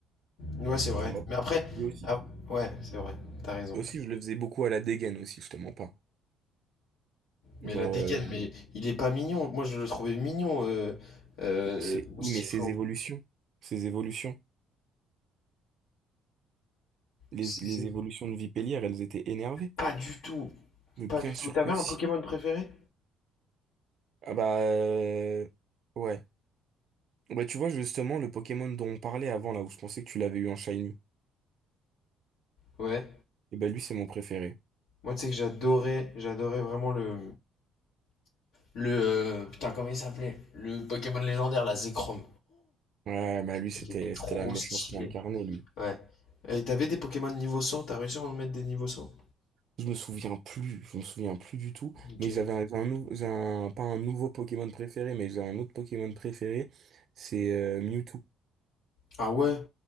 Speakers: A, on the left (about 75°); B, on the right (about 60°).
A: Ouais, c'est vrai.
B: tu vois.
A: Mais après,
B: Moi aussi.
A: ah, ouais, c'est vrai, t'as raison.
B: Moi Aussi, je le faisais beaucoup à la dégaine aussi, je te mens pas. Genre,
A: Mais la dégaine,
B: euh,
A: mais il est pas mignon. Moi, je le trouvais mignon, euh, euh,
B: c'est,
A: Moustiflon.
B: oui, mais ses évolutions. Ses évolutions. Les,
A: C'est-
B: les évolutions de Vipellier, elles étaient énervées.
A: Pas du tout,
B: Mais
A: pas
B: bien
A: du
B: sûr
A: tout. T'avais
B: que
A: un
B: si.
A: Pokémon préféré?
B: Ah bah euh, ouais. Bah tu vois justement le Pokémon dont on parlait avant là où je pensais que tu l'avais eu en Shiny.
A: Ouais.
B: Et bah lui c'est mon préféré.
A: Moi, tu sais que j'adorais, j'adorais vraiment le... Le... euh, putain, comment il s'appelait? Le Pokémon légendaire, la Zekrom.
B: Ouais bah lui c'était
A: Il était trop
B: c'était la méchanceté
A: stylé.
B: incarnée lui.
A: Ouais. Et t'avais des Pokémon niveau 100? T'as réussi à en mettre des niveaux 100?
B: Je me souviens plus, je me souviens plus du tout.
A: Ok.
B: Mais j'avais un, un nou- j'ai un- pas un nouveau Pokémon préféré, mais j'ai un autre Pokémon préféré, c'est euh, Mewtwo.
A: Ah ouais?